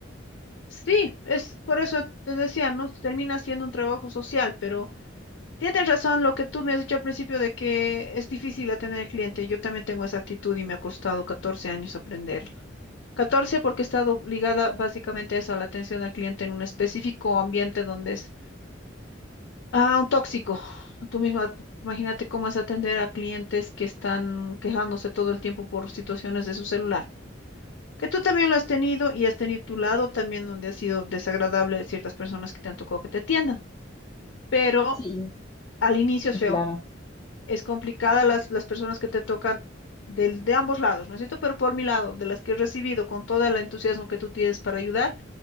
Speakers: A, on the left; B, on the left.
A: Sí, es por eso te decía, ¿no? Termina siendo un trabajo social, pero tienes razón lo que tú me has dicho al principio de que es difícil atender al cliente. Yo también tengo esa actitud y me ha costado 14 años aprenderlo. 14 porque he estado ligada básicamente a eso, a la atención al cliente en un específico ambiente donde es ah, un tóxico. Tú misma, imagínate cómo es atender a clientes que están quejándose todo el tiempo por situaciones de su celular. Que tú también lo has tenido y has tenido tu lado también donde ha sido desagradable de ciertas personas que te han tocado que te atiendan. Pero
B: Sí,
A: al inicio
B: sí,
A: es feo.
B: claro.
A: Es complicada las, las personas que te tocan del, de ambos lados, ¿no es cierto? Pero por mi lado, de las que he recibido con todo el entusiasmo que tú tienes para ayudar,